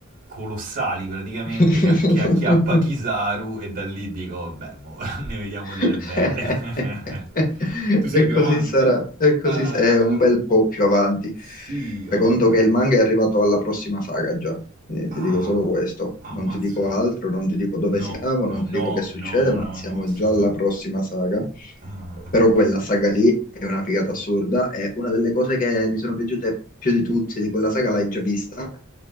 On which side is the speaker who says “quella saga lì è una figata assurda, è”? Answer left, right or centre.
Left